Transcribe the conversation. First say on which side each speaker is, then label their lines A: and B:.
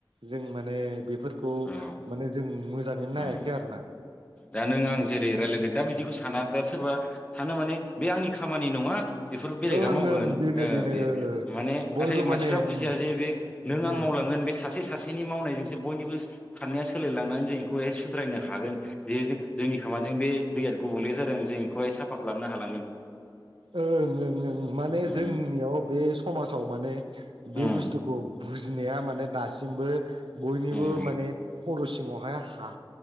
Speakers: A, on the right (about 85°); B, on the left (about 15°).
A: जों माने फोरफोरखौ
B: औ
A: नो जों मोजाङैनो नायाखै
B: ओं
A: आरो ना
B: दा नों आं जेरै रायज्लायदों दा बिदिखौ सानासा सोरबा सानो माने बे आंनि खामानि नङा बेफोर बेलेगा
A: ओं
B: मावगोन
A: ओं बेनो
B: ओ
A: बेनो
B: बे माने
A: बयबो
B: नाथाय मानसिफ्रा
A: माने
B: बुजिया
A: उम
B: जे बे नों
A: उम
B: आं मावलांगोन बे सासे। सासेनि मावनायजोंसो बयनिबो साननाया सोलिलांनानै जों बेखौहाय सुद्रायनो हागोन। जे जों जोंनि खामानिजों बे दैया गुबुंले जादों जों बेखौहाय साफा खालामनो हालांगोन।
A: ओं- ओं- ओं -माने
B: उम
A: जोंनियाव बे स। समाजाव माने। बे
B: उम
A: बुसथ'खौ। बुजिनाया माने दासिमबो। बयनिबो
B: उम
A: माने खरस। सिङावहाय हा